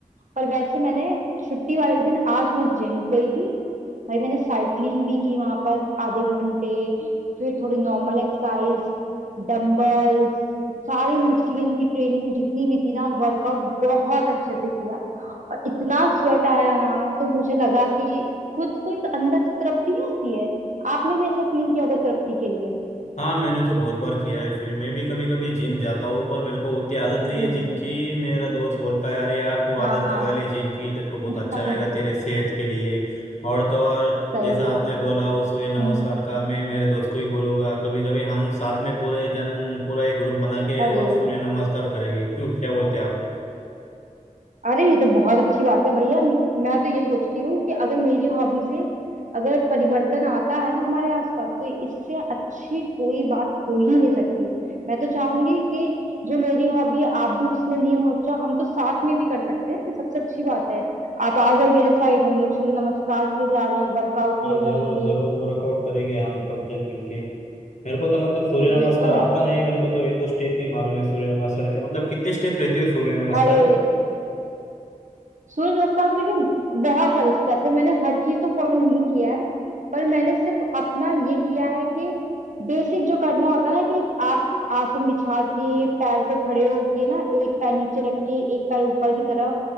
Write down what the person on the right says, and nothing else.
पर वैसे मैंने छुट्टी वाले दिन आज मैं जिम गई थी भाई मैंने साइकिलिंग भी की वहां पर आधे घंटे फिर थोड़ी नॉर्मल एक्सरसाइज डंबल्स सारी मशीन की ट्रेनिंग जितनी भी थी ना वर्कआउट बहुत अच्छे से किया और इतना स्वेट आया ना तो मुझे लगा कि खुद को एक अंदर से तृप्ति नहीं होती है आपने भी ऐसा फील किया होगा तृप्ति के लिए
जी
जी
हाँ
हाँ
<laughs>
सही
है
हम्म
अरे
अरे ये तो बहुत अच्छी बात है भैया मैं मैं तो ये सोचती हूँ कि अगर मेरी हॉबी से अगर परिवर्तन आता है ना हमारे आसपास तो इससे अच्छी कोई बात हो ही नहीं सकती मैं तो चाहूंगी कि जो मेरी हॉबी है, आप भी उसमें लीन हो जाओ हम तो साथ में भी कर सकते हैं सबसे अच्छी बात है आप आ जाओ मेरे साइड हम लोग सूर्य नमस्कार के लिए जा रहे हैं वर्कआउट के
लिए जाएंगे
ये
तो
है
अरे
सूर्य नमस्कार में देखिए बहुत सारे स्टेप है मैंने हर चीज तो फॉलो नहीं किया है पर मैंने सिर्फ अपना ये किया है कि बेसिक जो करना होता है ना कि एक आप आसन बिछा के पैर पे खड़े होके ना एक पैर नीचे रख के एक पैर ऊपर की तरफ